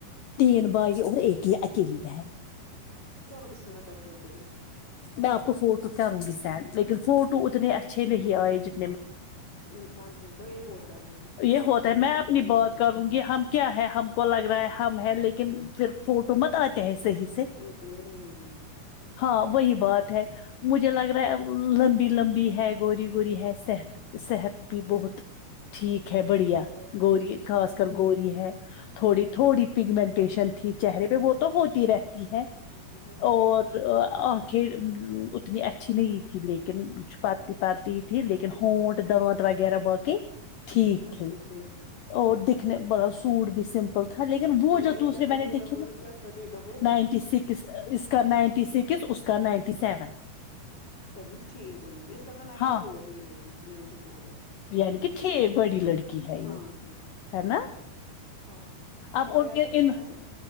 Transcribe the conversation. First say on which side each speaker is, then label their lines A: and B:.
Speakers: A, on the left; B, on the left.
A: تین بھائی اور ایک ہی اکیلی بہن
B: کرو بسم اللہ کر کے ادھر ہی
A: میں آپ کو فوٹو کروں گی سینڈ لیکن فوٹو
B: اوکے
A: اتنے اچھے نہیں آئے جنے
B: انسان ہوتا ہے یہ ہوتا ہے کسی
A: یہ ہوتا
B: کے
A: ہے
B: فوٹوز
A: میں اپنی
B: نہیں
A: بات
B: اچھے
A: کروں
B: ہوتے
A: گی ہم کیا ہے ہم کو لگ رہا ہے ہم ہے لیکن پھر فوٹو مت آتے ہیں صحیح سے
B: تو اتنے نہیں نہیں
A: ہاں وہی بات ہے مجھے لگ رہا ہے لمبی لمبی ہے گوری گوری ہے صحت صحت بھی بہت ٹھیک ہے بڑھیا
B: ٹھیک ہے
A: گوری خاص
B: ہوں
A: کر گوری ہے تھوڑی تھوڑی پگمنٹیشن تھی چہرے پہ وہ تو ہوتی رہتی ہے
B: بھی ہے ہاں
A: اور ا اتنی اچھی نہیں تھی لیکن چھپی پالتی تھی لیکن ہونٹ دانت وغیرہ باقی ٹھیک
B: اچھے
A: تھی
B: تھے
A: اور دکھنے م بڑا سوٹ بھی سمپل تو تھا لیکن وہ جو
B: یہ
A: دوسرے
B: کیا تھا
A: میں نے
B: ڈیٹ
A: دیکھی
B: آف برتھ
A: نا
B: کیا تھا date of birth
A: ninety six اس کا نائنٹی سکس اس کا نائنٹی سیون
B: کرنیس ٹھیک دونوں اس کا تو نائنٹی
A: ہاں
B: فور جو یہ لڑکی تھی نائنٹی فور ہے کا
A: یعنی کہ ٹھیک بڑی لڑکی ہے یہ
B: ہاں ہاں
A: ہے نا
B: ہاں ہاں نہ
A: اب
B: بھیا کا کتنا
A: ان
B: ہے